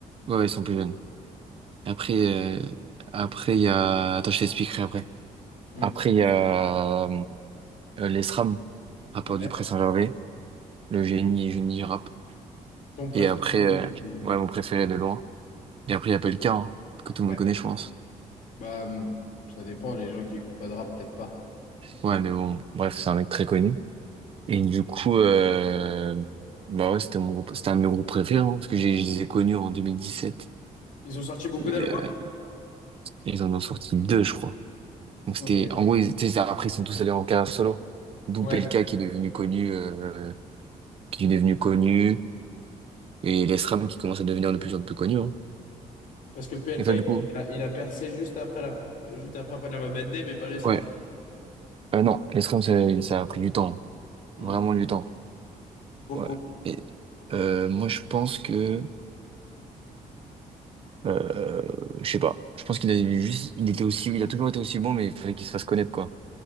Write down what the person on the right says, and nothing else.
Ouais, ouais, ils sont plus jeunes. Et Après, euh, après, il y a, attends, je t'expliquerai après.
Après, il y a, euh, les SRAM, rappeur
du Pré Saint-Gervais, le génie, génie du rap.
Et après,
euh,
ouais, mon préféré de loin. Et après, il y a Pelka, hein, que tout le
monde connaît, je pense.
Ouais, mais bon, bref, c'est un mec très connu. Et du coup, euh, bah ouais, c'était mon groupe, c'était un de mes groupes préférés, hein, parce que j'ai- je les ai connus en 2017.
Et,
euh, ils en ont sorti deux, je crois. Donc
c'était, en gros, ils, tu sais, après, ils sont tous allés en carrière solo. D'où
Pelka qui est devenu connu, euh, qui est devenu connu, et l'ESRAM qui commence à devenir de plus en plus connu. hein.
Et toi, du
coup?
Ouais. Euh, non, l'ESRAM, ça, ça a pris du temps.
Vraiment du temps.
Ouais. Et, euh, moi, je pense que Euh, je sais pas. Je pense qu'il a juste, il était aussi, il a toujours été aussi bon, mais il fallait qu'il se fasse connaître, quoi.